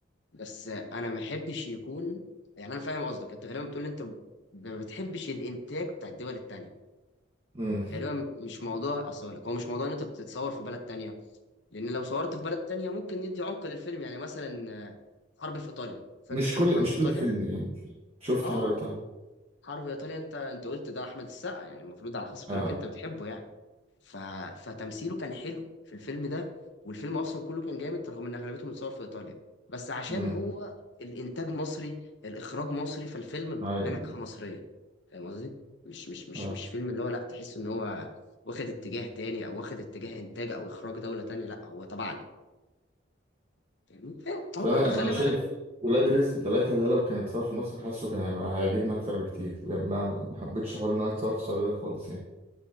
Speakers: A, on the left; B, on the right.
A: بس انا ما احبش يكون يعني انا فاهم قصدك انت غالبا بتقول إن انت ما بتحبش الانتاج بتاع الدول التانية
B: مم.
A: غالبا مش موضوع اصل أقول لك هو مش موضوع ان انت بتتصور في بلد تانية لان لو صورت في بلد تانية ممكن ندي عمق للفيلم يعني مثلا آه، حرب في ايطاليا فاكر
B: مش
A: فيلم
B: كل
A: حرب
B: مش
A: في
B: طول
A: ايطاليا
B: الفيلم يعني شفت
A: اه
B: حرقتها
A: حرب ايطاليا انت انت قلت ده احمد السقا يعني المفروض على حسب
B: اه
A: كلامك انت بتحبه يعني ف... فتمثيله كان حلو في الفيلم ده والفيلم اصلا كله كان جامد رغم ان اغلبيته متصور في ايطاليا بس عشان
B: امم
A: هو الانتاج مصري الاخراج مصري فالفيلم
B: ايوه
A: بنكهه مصريه فاهم قصدي مش مش مش
B: اه
A: مش فيلم اللي هو لا تحس ان هو واخد اتجاه تاني او واخد اتجاه انتاج او اخراج دوله تانيه لا هو تبعنا فاهمني؟ فاهم؟
B: فانا
A: هو برضو خلي
B: انا شايف
A: بالك
B: ولاد رزق ثلاثة ده لو كان اتصور في مصر حاسه كان هيبقى هيعجبني اكتر بكتير لان انا ما حبيتش حوار ان هو يتصور في السعودية ده خالص يعني